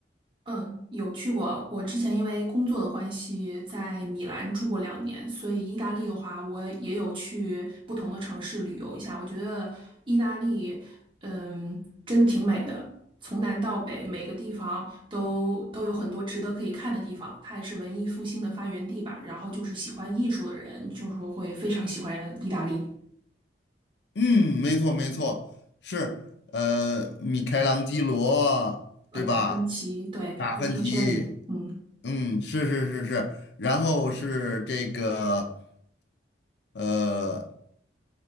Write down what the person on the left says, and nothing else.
嗯，没错没错，是呃，米开朗基罗，
对吧？
达芬奇，
嗯，是是是是，然后是这个呃。